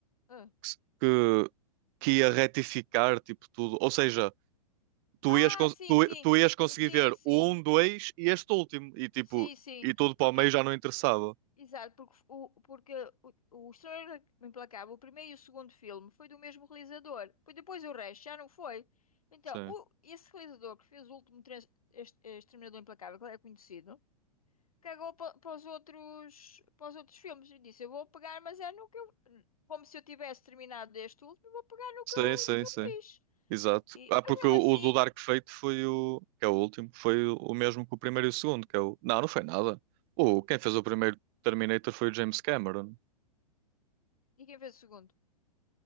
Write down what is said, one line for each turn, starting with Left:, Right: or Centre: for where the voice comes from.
Left: Ah,
Right: que, se- que, que ia retificar, tipo, tudo, ou seja, tu
Left: Ah,
Right: ias, cons-
Left: sim,
Right: tu,
Left: sim.
Right: tu ias conseguir
Left: Sim,
Right: ver
Left: sim.
Right: o um, dois e este último, e tipo,
Left: Sim, sim.
Right: e tudo para
Left: Porque,
Right: o meio já não interessava.
Left: exato, porque o, porque o, o Extraordinário Implacável, o primeiro e o segundo filme, foi do mesmo realizador. Pois Depois o resto já não foi. Então,
Right: Sim,
Left: o, esse realizador que fez o último trans- este- Exterminador Implacável, que é conhecido, cagou pa- para, os outros, para os outros filmes e disse: Eu vou pegar, mas é no que eu. Como se eu tivesse terminado este último, eu vou pegar no
Right: sim,
Left: que eu,
Right: sim,
Left: no que
Right: sim.
Left: eu fiz.
Right: Exato.
Left: E-
Right: Ah, porque
Left: mas mesmo
Right: o,
Left: assim,
Right: o do Dark Fate foi o. Que é o último, foi o, o mesmo que o primeiro e o segundo, que é o. Não, não foi nada. O, quem fez o primeiro Terminator foi o James Cameron.
Left: E quem fez o segundo?